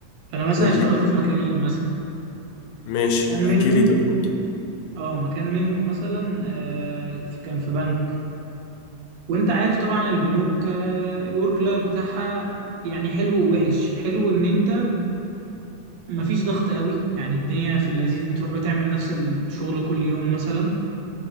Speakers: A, on the right; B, on the left.
A: انا مثلا
B: قول
A: اشتغلت
B: لي
A: في مكانين مثلا
B: ماشي
A: كان منهم
B: احكي لي تجربتك
A: اه مكان منهم مثلا آه في- كان في بنك وانت عارف طبعا البنوك آه الورك لايف بتاعها يعني حلو ووحش حلو ان انت مفيش ضغط قوي يعني الدنيا في اللذيذ بتروح بتعمل نفس الشغل كل يوم مثلا